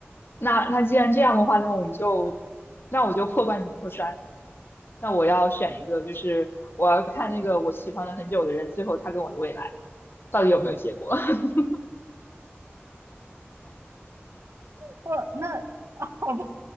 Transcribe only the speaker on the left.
那那既然这样的话，那我们就，那我就破罐子破摔。那我要选一个，就是我要看那个我喜欢了很久的人，最后他跟我的未来到底有没有结果？<laughs>